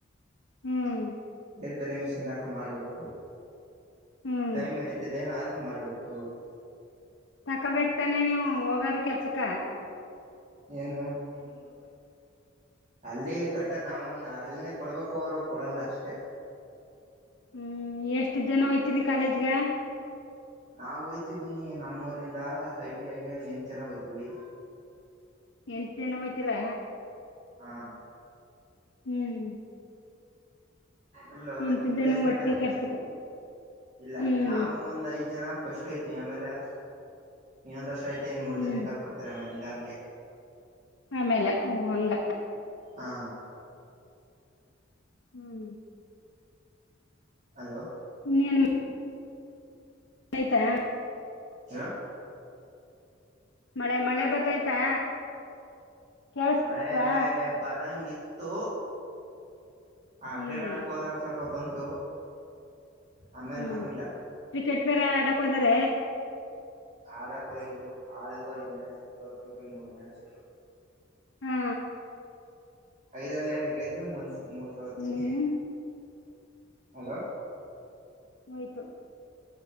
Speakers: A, on the left (about 80°); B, on the right (about 40°).
A: ಹ್ಮ್
B: ಬೇರೆ ಮಿಷಿನ್ ಲಾಕ ಮಾಡಬೇಕು
A: ಹ್ಮ್
B: ಟೈಮ್ ಇಡದೆ ಆದ ಮಾಡ್ಬೇಕು
A: ತಕೋಬೇಕ ತಾನೆ ನೀವು ಹೋಗರ ಕೆಲ್ಸಕ
B: ಏನು ಅಲ್ಲಿ ಕಟ್ಟದ ನಮನ್ ಅಲ್ಲಿಂದೇ ಕೊಡ್ಬೇಕು ಅವರು ಕೊಡಲ್ಲ ಅಷ್ಟೇ
A: ಹ್ಮ್ ಎಷ್ಟ ಜನ ಒಯ್ತರಿ ಕಾಲೇಜ್ಗ
B: ನಾವು ಹಯ್ತೀವಿ ನಮ್ಮೂರಿಂದ ಐಟಿಐಗೆ ಎಂಟು ಜನ ಹೋಯ್ತೀವಿ
A: ಎಂಟು ಜನ ಯ್ತೀರಾ
B: ಹಾ
A: ಹ್ಮ್
B: ಇಲ್ಲ ಒಳ್ಳೆ
A: ಎಂಟು
B: ತ ಪ್ಲೇಸ್ಮೆಂಟ್
A: ಜನ ಒಟ್ಟಿಗೆ
B: ಆಗ್ಬ
A: ಕೆಲ್ಸಕ್ಕೂ
B: ಅಷ್ಟೆ ಇಲ್ಲ
A: ಹ್ಮ್
B: ನಾವು ಒಂದ್ ಐದ್ ಜನ ಫಸ್ಟ್ ಐತಿೀವಿ ಆಮೇಲೆ ಇನ್ನೊಂದ ವರ್ಷ ಐತೆ ಇನ್ ಮೂರ್
A: ಹ್ಮ್
B: ಜನಕ್ಕೆ ಆಿ ಬರ್ತಾರೆ ಆಮೇಲೆ ಇಲ್ಲನ್ಕ
A: ಆಮೇಲೆ ಓ ಹಂಗ
B: ಹಾ
A: ಹ್ಮ್
B: ಹಲೋ
A: ಇನ್ ಆಯ್ತಾ
B: ಯರ
A: ಮಳೆ ಮಳೆ ಬತ್ತಾಯ್ತಾ ಕೇಳಸ್ವಾ
B: ಮಳೆ ಬರಂಗಿತ್ತು ಆ
A: ಹ್ಮ್
B: ಕ್ರೇಟಾಡಕ್ ಹೋದಾಗ ಸ್ವಲ್ಪ ಬಂತು ಆಮೇಲ್
A: ಹ್ಮ್
B: ಬರ್ನಿಲ್ಲ
A: ಕ್ರಿಕೆಟ್ ಬೇರೆ ಆಡಕ್ ಹೋದಾರ
B: ಆಡಕ್ ಐದು ಆಡ್ ಐದ್ ಮ್ಯಾಚ್ ಸವತ್ ಟ್ಟವಿ ಮೂರ್ ಮ್ಯಾಚ್
A: ಹಾ
B: ಐದ್ರಲ್ಲಿ ಎಡ್ಕ್ಕೆದ್ವಿ ಒಂದ ಮೋಷ ಹತ್ವಿ
A: ಇನ್ನೇನು
B: ಹಲೋ
A: ಹಯ್ತು